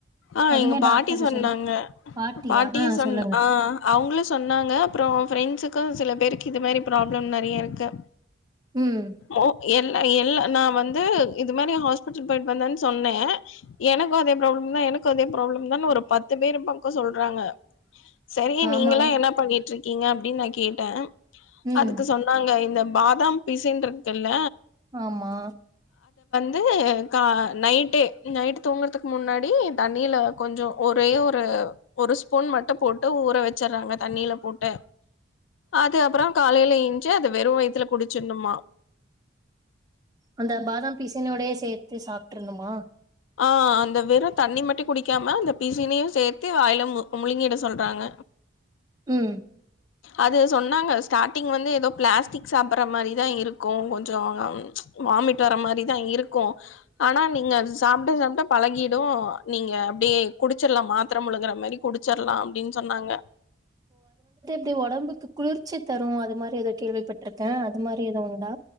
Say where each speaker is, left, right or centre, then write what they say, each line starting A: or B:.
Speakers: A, on the left (about 85°); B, on the right (about 20°).
A: ஆ
B: அதுமே
A: எங்க பாட்டி
B: டாக்டர்
A: சொன்னாங்க
B: சொல்லு பாட்டியா
A: பாட்டியும்
B: ஆ
A: சொன்
B: சொல்லுங்க
A: ஆ அவங்களும் சொன்னாங்க அப்புற ஃப்ரண்ட்ஸுக்கு சில பேருக் இது மாரி பிராப்ளம் நெறைய இருக்கு
B: ம்
A: ஓ என் இல்ல நா வந்து இது மாரி ஹாஸ்பிட்டல் போயிட்டு வந்தன் சொன்னே எனக்கு அதே ப்ராப்ளம் தா எனக் கு அதே ப்ராப்ளம் தான் ஒரு பத்து பேரு பக்கொ சொல்றாங்க சரி
B: ஆமாங்
A: நீங்கல்லா என்னா பண்ணிட்ருக் கீங்க அப்டின் நா கேட்டே
B: ம்
A: அதுக்கு சொன்னாங்க இந்த பாதாம் பிசின்ருக்குல்ல
B: ஆமா
A: து கா நைட்டே நைட்டு தூங்கற்துக்கு முன்னாடி தண்ணில கொஞ்சொ ஒரே ஒரு ஒரு ஸ்பூன் மட்டு போட்டு ஊற வச்சறாங்க தண்ணில போட்டு அது அப்பறொ காலைல ஏஞ்சு அது வெறு வயித்துல குடுச்சற்னுமா
B: அந்த பாதாம் பிசினோடயே சேத்து சாப் ட்றனுமா
A: ஆ அந்த வெறு தண்ணி மட்டு குடிக்காம அந்த பிசினையு சேத்து வாயில மு முழுங்கிட சொல்றாங்க
B: ம்
A: அது சொன்னாங்க ஸ்டார்டிங் வந்து எதோ பிளாஸ்டிக் சாப்பற மாரிதா இருக்கு கொஞ்சொ வாமிட் வர மாரிதா இருக்கு ஆனா நீங்க அது சாப்ட சாப்ட பழகிடு நீங்க அப்டியே குடுச்சர்லா மாத்ர முழுங்குற மாரி குடுச்சர்லா அப்டின் சொன்னாங்க
B: து ஒடம்புக்கு குளிர்ச்சி தரு அது மாரி எதோ கேள்விப்பட்ருக்கே அது மாரி எது உண்டா